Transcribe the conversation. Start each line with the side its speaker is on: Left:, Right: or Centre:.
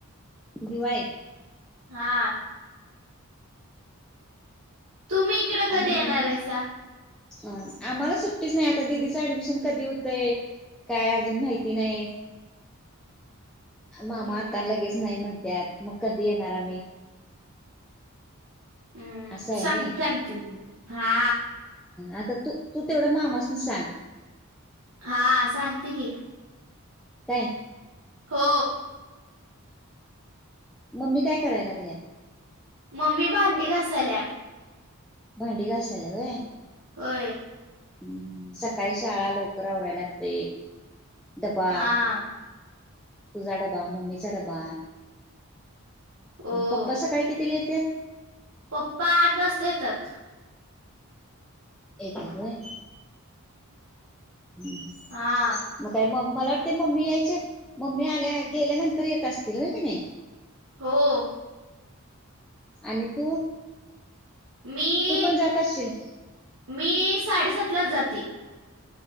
Centre: दिवाळीत.
Right: हा तुम्ही इकड कधी
Centre: आणि मम्मी
Right: येणार हायसा?
Centre: अ आम्हाला सुट्टीच नाय आता, दिदीचं ऍडमिशन कधी हुतय? काय अजून माहिती नाय. मामा
Right: हम्म.
Centre: आता लगेच नाही म्हणत्यात, मग कधी येणार आम्ही?
Right: हम्म
Centre: असं आहे
Right: सांग
Centre: नाही
Right: सांगते मं हा
Centre: आता तू, तू तेवढ मामासनी सांग.
Right: हा, सांगते की
Centre: काय?
Right: हो.
Centre: मम्मी काय कराय लागल्या?
Right: मम्मी भांडी घासाल्या.
Centre: भांडी घासाल्या व्हय.
Right: व्हय.
Centre: हम्म सकाळी शाळा लवकर आवराय लागतंय. डबा,
Right: हा.
Centre: तुझा डबा, मम्मीचा डबा
Right: ओ.
Centre: पप्पा सकाळी कितीला येत्यात?
Right: पप्पा आठ वाजता येतात.
Centre: येत्यात व्हय. हूं हम्म
Right: हा
Centre: मग काय म मला वाटतय मम्मी यायचे मम्मी आल्या गेल्या नंतर येत असशील व्हय की नाय?
Right: हो.
Centre: आणि तू
Right: मी
Centre: तू पण जात असशील
Right: मी साडेसातलाच जाती.